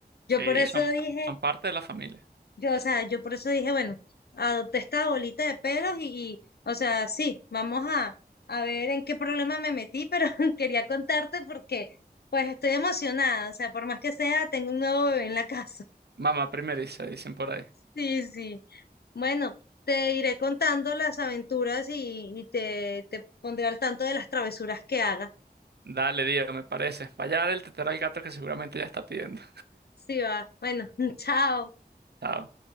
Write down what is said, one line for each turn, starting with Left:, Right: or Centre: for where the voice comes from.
Left: Yo
Right: Sí,
Left: por eso
Right: son,
Left: dije,
Right: son parte de la familia.
Left: yo, o sea, yo por eso dije, bueno, adopté esta bolita de pelos y, y, o sea, sí, vamos a, a ver en qué problema me metí, pero <laughs> quería contarte porque, pues, estoy emocionada. O sea, por más que sea, tengo un nuevo bebé en la casa. <laughs>
Right: Mamá primeriza, dicen por ahí.
Left: Sí, sí. Bueno, te iré contando las aventuras y, y te, te pondré al tanto de las travesuras que haga.
Right: Dale, Diego, me parece. Vaya a dar el tetero al gato que seguramente ya está pidiendo.
Left: Sí, va. Bueno, <laughs> chao.
Right: <laughs> Chao.